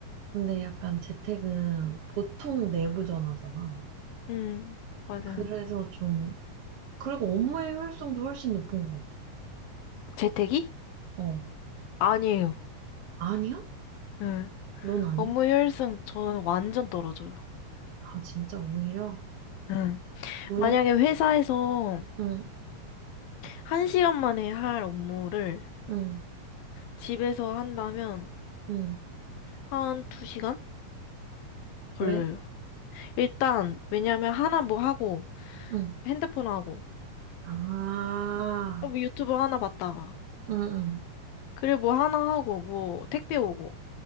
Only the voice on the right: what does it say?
근데 약간 재택은 보통 내부 전화잖아.
그래서 좀, 그리고 업무의 효율성도 훨씬 높은 것 같아.
어,
아니야?
넌 아니야?
아, 진짜 오히려?
왜?
응,
응,
응.
왜?
응.
아,
응, 응.